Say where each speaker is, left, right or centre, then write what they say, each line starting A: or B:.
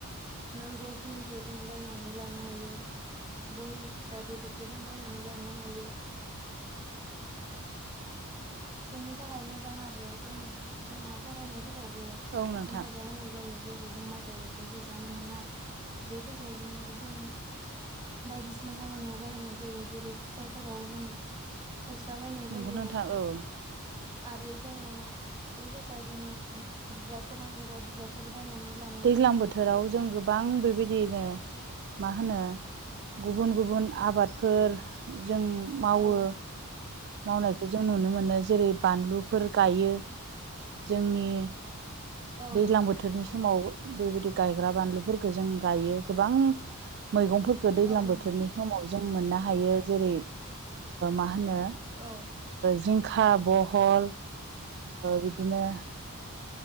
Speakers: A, on the right; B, on the right.
A: नांगौखिनिखौ जों बायनानै लानो हायो। बहि खिथा बेफोरखौ जों बायनानै लानो हायो। जोंनि थाखाय मोजां आरो जों जोंहा फरायनायफोरावबो हेफाजाब
B: औ नोंथां
A: होनाय जायो जेरै जों माइ गायबाथाय फैसा मोनोना बे फैसाजोंनो जों बायदिसिना खामानियाव बाहायनाय जायो जेरै फुजाफोराव जों गस्ला बायनाय
B: नंगौ
A: जायो।
B: नोंथां औ!
A: आरो जोङो बे फैसाजोंनो बिजाबफोर नांगौबा बिजाबफोर बायनानै लानाय
B: दैज्लां
A: जायो
B: बोथोराव जों गोबां बेबायदिनो मा होनो गुबुन गुबुन आबादफोर जों मावो।
A: औ
B: मावनायखौ जों नुनो मोनो जेरै बानलुफोर गायो जोंनि
A: औ
B: दैज्लां
A: नोंथां
B: बोथोरनि समाव बेबायदि गायग्रा बानलुफोरखौ जों गायो गोबां मैगंफोर दैज्लां
A: औ नोंथां
B: बोथोरनि समाव जों मोननो हायो जेरै मा होनो
A: औ!
B: जिंखा बहल बिदिनो